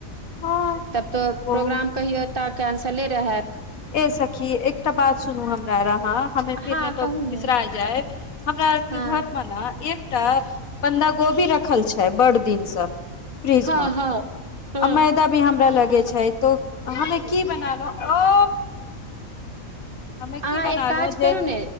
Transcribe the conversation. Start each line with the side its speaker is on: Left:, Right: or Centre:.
Left: हँ
Right: तब तऽ
Left: ओ
Right: प्रोग्राम कहियौ तऽ ऐंसले रहैत
Left: ए सखी एकटा बात सुनू हमरा आहाँ हमे फिरने
Right: हँ
Left: तो
Right: कहू ने
Left: बिसरा जाय हमरा आरके
Right: हँ
Left: घरमे ने एकटा बन्धा गोभी रखल छै बड़ दिन स फ्रीजमे
Right: हँ हँ हँ
Left: अमे- तभी हमरा लगे छै तो हमे की बनालहु ओ हमे
Right: अहाँ
Left: की बनालो
Right: एक काज
Left: जे
Right: करू ने